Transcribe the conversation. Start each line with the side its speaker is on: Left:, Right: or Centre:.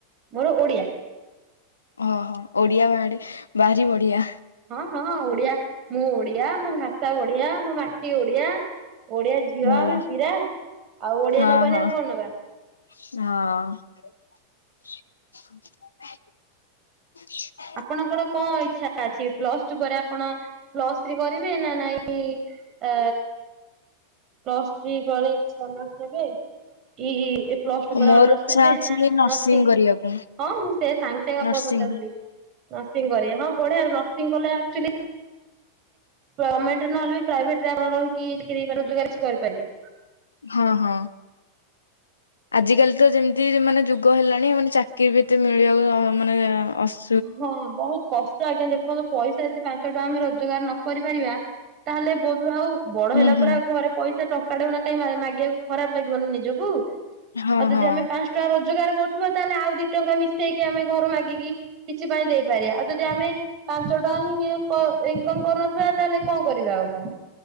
Right: ମୋର ଓଡିଆ।
Left: ଓହୋ ଓଡିଆ ବାଡି ଭାରି ବଢିଆ।
Right: ହଁ ହଁ ଓଡିଆ ମୁଁ ଓଡିଆ ମୋ ଭାଷା ଓଡିଆ ମୋ ମାଟି ଓଡିଆ। ଓଡିଆ ଝିଅ
Left: ଭଲ
Right: ଆମେ ବିରା ଆଉ ଓଡିଆ
Left: ହଁ
Right: ନବାନି
Left: ହଁ
Right: ଆଉ କଣ ନବା।
Left: ହଁ। <unintelligible>
Right: ଆପଣଙ୍କର କଣ ଇଚ୍ଛା ଅଛି ପ୍ଲସ୍ ଟୁ ପରେ ଆପଣ ପ୍ଲସ୍ ଥ୍ରୀ କରିବେ ନା ନାଇଁ। ଆ ପ୍ଲସ ଥ୍ରୀ ପରେ କିଛି ଆନରସ୍ ନେବେ କି ଏ ପ୍ଲସ ଟୁ ପରେ
Left: ମୋର
Right: ଅନର୍ସ
Left: ଇଚ୍ଛା
Right: ନେବେ
Left: ଅଛି
Right: ନା ନର୍ସିଂ
Left: କରିବାକୁ
Right: ହଁ ମୁଁ ସେ ସାଙ୍ଗେ ସାଙ୍ଗେ ଆପଣଙ୍କୁ
Left: ନର୍ସିଂ
Right: ପଚାରୁଥିଲି। ନର୍ସିଂ କରି ହଁ ବଢିଆ ନର୍ସିଂ କଲେ ଆକ୍ଚୁଆଲି ଗମେଣ୍ଟରେ ନହେଲେ ବି ପ୍ରାଇଭେଟ୍ ରେ ଆପଣ ରହିିକି ଚାକିରି ମାନେ ରୋଜଗାର କିଛି କରିପାରିବେ।
Left: ହଁ-ହଁ। ଆଜିକାଲି ତ ଯେମିତି ମାନେ ଯୁଗ ହେଲାଣି ଏ ମାନେ ଚାକିର ବି ଏତେ ମିଳିବା ମାନେ ଅସ୍
Right: ହଁ ବହୁତ୍ କଷ୍ଟ ଆଜ୍ଞା ଦେଖନ୍ତୁ ପଇସା ଯଦି ପାଞ୍ଚ ଟଙ୍କା ଆମେ ରୋଜଗାର ନ କରିପାରିବା ତା ହେଲେ ବୋଧହୁଏ ଆଉ ବଡ
Left: ହୁଁ
Right: ହେଲା
Left: ହୁଁ।
Right: ପରେ ଆଉ ଘରେ ପଇସା ଟଙ୍କାଟେ ବି ହେଉ ନା କାଇଁ ମାଗିବାକୁ ଖରାପ ଲାଗିବନା ନିଜକୁ। ଆଉ
Left: ହଁ
Right: ଯଦି
Left: ହଁ
Right: ଆମେ ପାଞ୍ଚ ଟଙ୍କା ରୋଜଗାର କରୁଥିବା ତାହେଲେ ଆଉ ଦି ଟଙ୍କା ମିଶେଇକି ଆମେ ଘରୁ ମାଗିକି କିଛି ପାଇଁ ଦେଇପାରିବା ଆଉ ଯଦି ଆମେ ପାଞ୍ଚ ଟଙ୍କା ହିଁ ଇନକମ୍ କରୁନଥିବା ତାହେଲେ କଣ କରିବା ଆଉ ଆମେ?